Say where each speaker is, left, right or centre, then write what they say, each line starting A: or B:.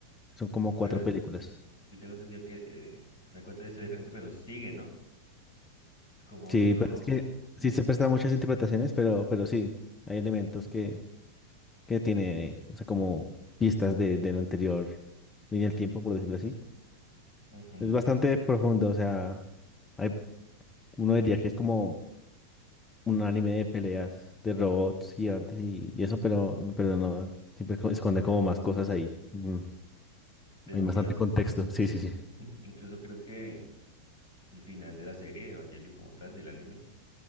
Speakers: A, on the left; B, on the left.
A: Son como cuatro
B: Pero es-
A: películas.
B: yo tengo entendido que, eh, o sea, cuenta la historia diferente, pero sigue, ¿no? Es como
A: Sí,
B: otro...
A: pero es que sí
B: mm,
A: se prestan muchas interpretaciones, pero, pero sí, hay elementos que, que tiene, o sea, como pistas de, de la anterior línea del tiempo, por decirlo así.
B: ujú,
A: Es bastante profundo, o sea, hay, uno diría que es como un anime de peleas de robots gigantes y, y eso, pero, pero no, siempre co- esconde como más cosas ahí. Mm,
B: demasiadas...
A: Hay bastante contexto, sí, sí, sí.
B: Mm. Incluso creo que el final de la serie de Evangelion como tal, del anime,